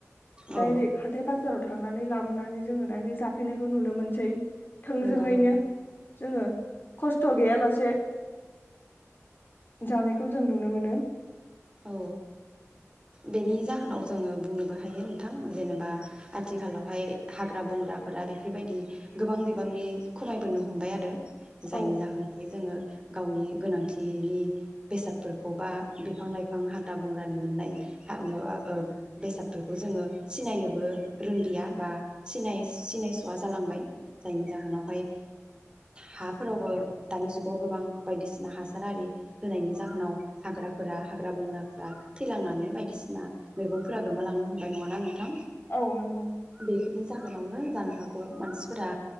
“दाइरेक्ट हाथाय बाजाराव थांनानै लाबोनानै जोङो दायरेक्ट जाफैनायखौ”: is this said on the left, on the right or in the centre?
Left